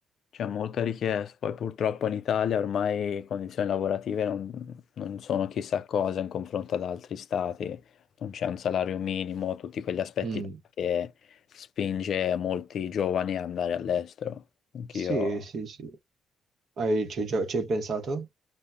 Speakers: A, on the left (about 65°); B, on the right (about 55°).
A: c'è molta richiesta. Poi purtroppo in Italia ormai condizioni lavorative non, non sono chissà cosa in confronto ad altri stati. Non c'è un salario minimo, tutti quegli aspetti
B: Mm.
A: che spinge molti giovani ad andare all'estero. Anch'io.
B: Sì, sì, sì. Hai, ci hai già- ci hai pensato?